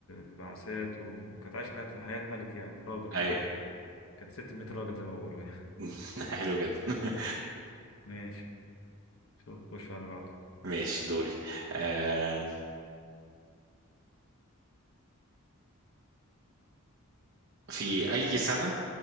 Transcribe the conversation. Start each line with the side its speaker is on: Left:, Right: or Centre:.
Left: ببعثات وكانت عايشة حياة حياة ملك يعني راجل يعني
Right: ايوه
Left: كانت 600 راجل زي ما بيقولوا يعني
Right: <laughs> حلو جدا <laughs>
Left: <laughs> ماشي شوف خش على اللي بعده
Right: ماشي دوري آه. في اي سنة